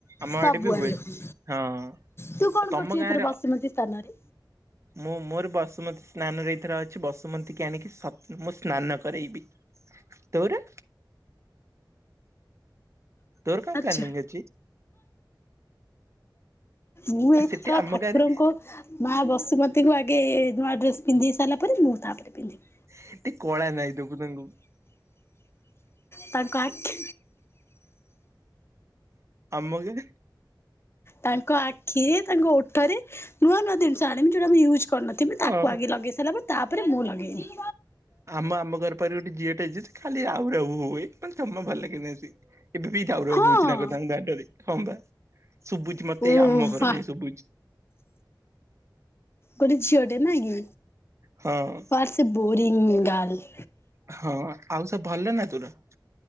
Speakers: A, on the right; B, on the left.
A: ଆମ
B: ସବୁଆଡେ
A: ଆଡେ ବି ହୁଏ
B: ହୁଁ
A: ହଁ ଆଉ
B: ତୁ କଣ
A: ତମ
B: କରୁଛୁ
A: ଗାଁରେ?
B: ଏଥର ବସୁମତୀ ସ୍ଥାନରେ?
A: ମୁଁ ମୋର ବସୁମତୀ ସ୍ନାନରେ ଏଇଥର ଅଛି ବସୁମତୀ କି ଆଣିକି ମୁଁ ସ୍ନାନ କରେଇବି। ତୋର। ତୋର କଣ
B: ଆଚ୍ଛା।
A: ପ୍ଲାନିଂ ଅଛି?
B: ମୁଁ
A: ଆଉ
B: ଏଇଥ
A: ସେଠି
B: ତ
A: ଆମ
B: ଠାକୁରଙ୍କୁ
A: ଗାଁରେ
B: ମା ବସୁମତି ତାେକୁ ଆଗେ ନୂଆ ଡ୍ରେସ୍ ପିନ୍ଧି ସାରିଲା ପରେ ମୁଁ ତା ପରେ ପିନ୍ଧିବି।
A: ଟିକେ କଳା ନାଇଁ ଦବୁ ତାଙ୍କୁ।
B: ତାଙ୍କ। ଆଖି
A: ଆମକୁ।
B: ତାଙ୍କ ଆଖିରେ ତାଙ୍କ ଓଠରେ ନୂଆ ନୂଆ ଜିନିଷ ଆଣିବି ଯୋଉଟା ମୁଁ ୟୁ କରିନଥିବି
A: ହଁ
B: ତାକୁ ଆଗ ଲଗେଇ ସାରିଲା ତାପରେ ମୁଁ ଲଗେଇବି।
A: ଆମ ଆମ ଘର ପାଖେ ଗୋଟେ ଝିଅଟା ଅଛି ସେ ଖାଲି ଆହୁରି ଆଉ ହଉ ଭାଇ ମେ ଜମା ଭଲ ଲାଗେନି ଆସି ଏବେ ବି ରାଉ ରାଉ
B: ହଁ
A: ହଉଛି ନା କ ତାଙ୍କ ଦାଣ୍ଡରେ ହଁ ବା ଶୁଭୁଛି ମତେ
B: ଓ
A: ଏଇ ଆମ ଘର
B: ବା
A: ଯାଇ ଶୁଭୁଛି।
B: ଗୋଟେ ଝିଅଟେ ନ କି
A: ହଁ
B: ପ ସେ ବୋରିଂ ଗାର୍ଲ୍।
A: ହଁ ଆଉ ସବ ଭଲ ନା ତୋର।